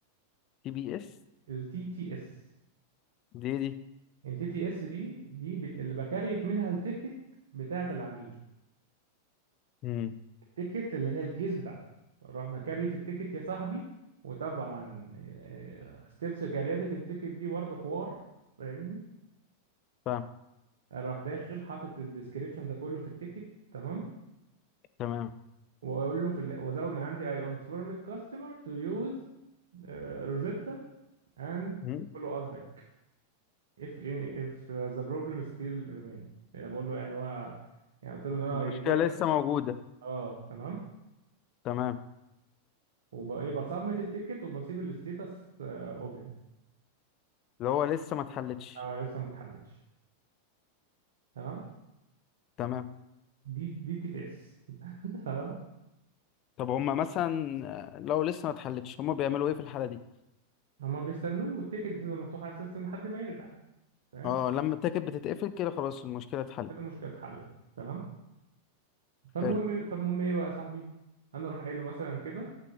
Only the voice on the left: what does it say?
تي بي اس
دي إيه دي
امم
فاهم
تمام
مم.
المشكله
لسه موجوده
تمام
اللي هو لسه ما اتحلتش
تمام
طب هما مثلا آه، لو لسه ما اتحلتش هما بيعملوا ايه في الحاله دي
اه لما التاكد بتتقفل كده خلاص المشكله اتحلت
حلو